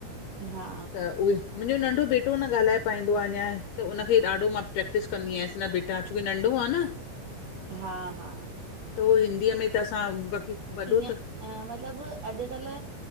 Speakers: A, on the right; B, on the left.
A: हा
B: त उहे मुंहिंजो नंढो बेटो न ॻाल्हाए पाईंदो आहे अञां त उनखे ॾाढो मां प्रैक्टिस कंदीयांस न बेट <unintelligible> नंढो आ न
A: हा हा
B: त उह हिंदीअ में त असां बाक़ी वॾो
A: ईअं
B: त
A: अ मतिलबु अॼुकल्ह